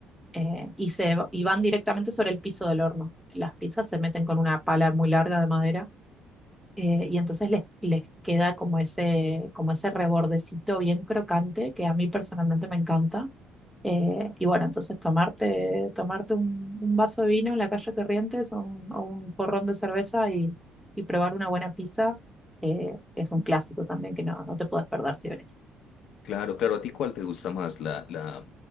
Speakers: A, in the centre; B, on the left.
A: eh, y, se, y van directamente sobre el piso del horno. Las pizzas se meten con una pala muy larga de madera eh, y entonces les, les queda como ese, como ese rebordecito bien crocante que a mí personalmente me encanta. Eh, y bueno, entonces tomarte, tomarte un, un vaso de vino en la calle Corrientes o un, o un porrón de cerveza y, y probar una buena pizza eh, es un clásico también que no, no te puedes perder si venís.
B: Claro, claro. ¿A ti cuál te gusta más? ¿La, la,